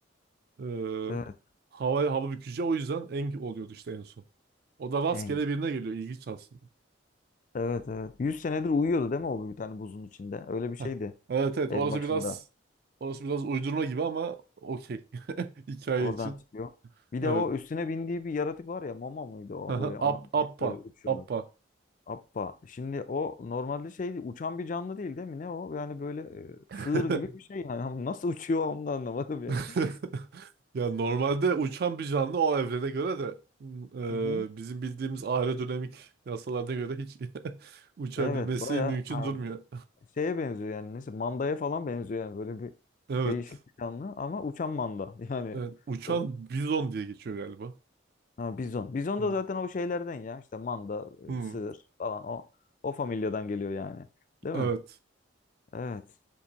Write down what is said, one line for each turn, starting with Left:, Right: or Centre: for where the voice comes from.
Right: Ee,
Left: Evet.
Right: havaya hava bükücü o yüzden Eng oluyordu işte en son. O da rastgele
Left: Aang.
Right: birine geliyor. İlginç aslında.
Left: Evet evet. 100 senedir uyuyordu değil mi o bir tane buzun içinde? Öyle bir şeydi
Right: Heh. Evet evet
Left: en
Right: orası
Left: başında.
Right: biraz orası biraz uydurma gibi ama okey. <laughs> Hikaye
Left: Oradan
Right: için.
Left: çıkıyor. Bir
Right: Evet.
Left: de o üstüne bindiği bir yaratık var ya mama mıydı o
Right: <laughs>
Left: böyle ona
Right: Ap, Appa.
Left: binip böyle uçuyordu.
Right: Appa.
Left: Appa. Şimdi o normalde şey uçan bir canlı değil değil mi? Ne o? Yani böyle e,
Right: <laughs>
Left: sığır gibi bir şey yani. <laughs> Ama Nasıl uçuyor onu da anlamadım yani.
Right: <laughs>
Left: <laughs>
Right: Ya normalde uçan bir canlı o evrene göre de e,
Left: Hı hı.
Right: bizim bildiğimiz aerodinamik yasalarına göre hiç <laughs> uçabilmesi
Left: Evet baya
Right: mümkün
Left: ha,
Right: durmuyor.
Left: şeye benziyor yani. Neyse mandaya falan benziyor yani. Böyle bir
Right: Evet.
Left: değişik bir canlı ama uçan manda. <laughs> Yani
Right: Evet. Uçan
Left: ö-
Right: bizon diye geçiyor galiba.
Left: ha, bizon. Bizon
Right: Hı.
Left: da zaten o şeylerden ya. işte manda,
Right: Hı.
Left: e, sığır falan o o familyadan geliyor yani. Değil
Right: Evet.
Left: mi? Evet.